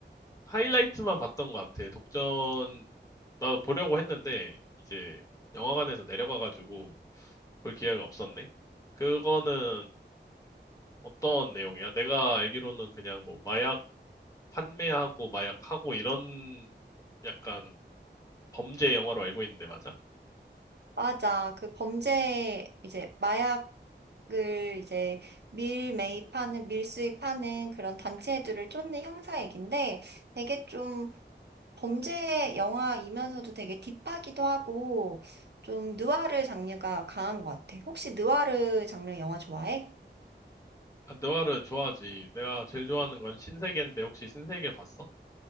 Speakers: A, on the left (about 15°); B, on the right (about 65°).
A: 하이라이트만 봤던 것 같아. 독전 나도 보려고 했는데 이제 영화관에서 내려가가지고 볼 기회가 없었네. 그거는 어떤 내용이야? 내가 알기로는 그냥 뭐 마약 판매하고 마약하고 이런 약간 범죄 영화로 알고 있는데 맞아?
B: 맞아. 그 범죄, 이제 마약 을 이제 밀 매입하는, 밀 수입하는 그런 단체들을 쫓는 형사 얘긴데 되게 좀 범죄 영화이면서도 되게 딥하기도 하고 좀 느와르 장르가 강한 것 같아. 혹시 느와르 장르 영화 좋아해?
A: 아, 느와르 좋아하지. 내가 제일 좋아하는 건 신세계인데 혹시 신세계 봤어?